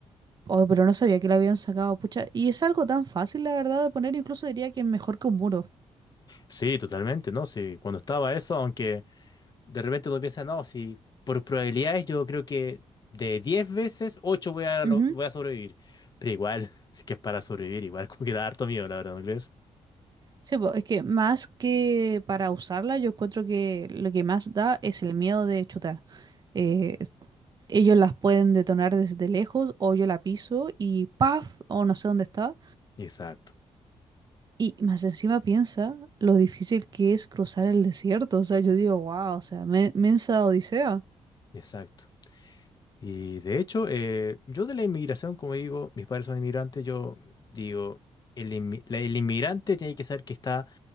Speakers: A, on the right (about 35°); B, on the left (about 35°).
A: Oh, pero no sabía que la habían sacado, pucha. Y es algo tan fácil, la verdad, de poner, incluso diría que mejor que un muro.
B: Sí, totalmente, ¿no? Sí, cuando estaba eso, aunque... De repente uno piensa, no, si por probabilidades yo creo que de 10 veces, 8 voy a, lo-
A: Ujú.
B: voy a sobrevivir. Pero igual, <laughs> es que es para sobrevivir, igual como que da harto miedo, la verdad, ¿no crees?
A: Sí, po, es que más que para usarla, yo encuentro que lo que más da es el miedo de chutar. Eh, es- ellos las pueden detonar desde lejos o yo la piso y ¡paf! o no sé dónde está.
B: Exacto,
A: Y más encima piensa lo difícil que es cruzar el desierto. O sea, yo digo, wow, o sea, me- mensa odisea.
B: exacto. Y de hecho, eh, yo de la inmigración, como digo, mis padres son inmigrantes, yo digo, el, inmi- la- el inmigrante tiene que saber que está